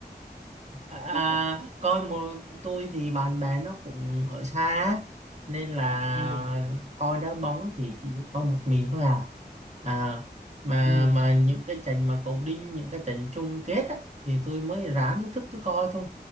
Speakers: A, on the right (about 40°); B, on the right (about 80°).
A: À, à,
B: <laughs>
A: coi một tôi thì bạn bè nó cũng ở xa á, nên là
B: ừ
A: coi đá bóng thì chỉ coi một mình thôi à. à mà
B: ừ
A: mà những cái trận mà cầu đinh những cái trận chung kết á, thì tôi mới ráng tôi thức tôi coi thôi